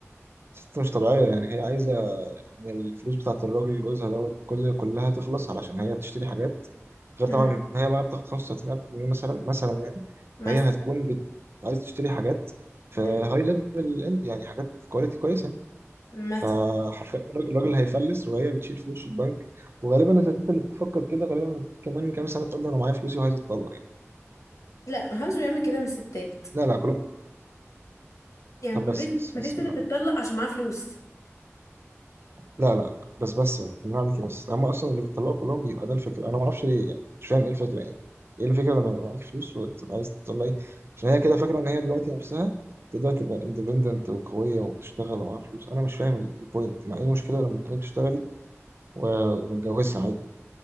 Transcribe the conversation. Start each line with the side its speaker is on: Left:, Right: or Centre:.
Right: ست مش طبيعية يعني هي عايزة يعني الفلوس بتاعت الراجل جوزها دوت كل كلها تخلص علشان هي تشتري حاجات غير
Left: امم
Right: طبعا إن هي بقى بتاخد 35000 جنيه مثلا مثلا يعني
Left: مثلا
Right: فهي هتكون بت... عايز تشتري حاجات في هاي
Left: امم
Right: ليفل اند يعني حاجات كواليتي كويسه
Left: مثلا
Right: فحرفيا الراجل الراجل هيفلس وهي بتشيل فلوس في البنك وغالبا الستات اللي بتفكر كده غالبا كمان كام سنه تقول له انا معايا فلوسي وعايز اتطلق يعني
Left: لا محدش بيعمل كده من الستات
Right: لا لا كلهم
Left: يعني
Right: طب بس
Left: مفيش
Right: بس
Left: مفيش
Right: بس
Left: ست
Right: بالله
Left: تتطلق عشان معاها فلوس
Right: لا لا لا بس بس بالله عليك بس هم اصلا اللي بيطلعوا كلهم بيبقى ده الفكره انا ما اعرفش ليه يعني مش فاهم ايه الفكره يعني ايه الفكره لما يبقى معاك فلوس وتبقى عايز تطلعي عشان هي كده فاكره ان هي دلوقتي نفسها تقدر تبقى اندبندنت وقويه وبتشتغل ومعاها فلوس انا مش فاهم البوينت مع ايه المشكله لما تكوني بتشتغلي و- ومتجوزه عادي